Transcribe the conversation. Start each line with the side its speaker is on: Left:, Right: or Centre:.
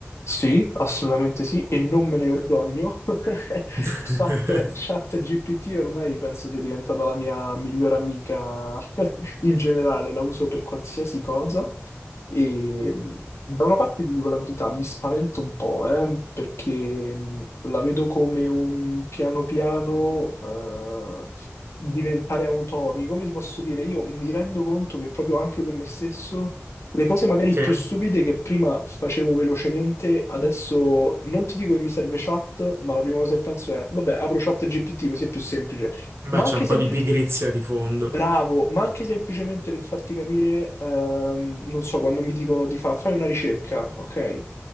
Left: Sì, assolutamente sì, e non me ne vergogno. <laughs>
Right: <laughs>
Left: Chat, Chat GPT ormai penso sia diventata la mia migliore amica <laughs> in generale, la uso per qualsiasi cosa. E mh, da una parte ti dico la verità, mi spavento un po', eh, perché mh, la vedo come un piano piano eh, diventare automi. Come ti posso dire? Io mi rendo conto che proprio anche con me stesso le cose magari
Right: Sì?
Left: più stupide che prima facevo velocemente, adesso non ti dico che mi serve chat, ma la prima cosa che penso è, vabbè, apro chat GPT così è più semplice.
Right: Beh,
Left: Ma
Right: c'è
Left: anche
Right: un po'
Left: sempli-
Right: di pigrizia di fondo.
Left: bravo, ma anche semplicemente per farti capire, ehm, non so, quando mi dicono di fa- fai una ricerca, ok?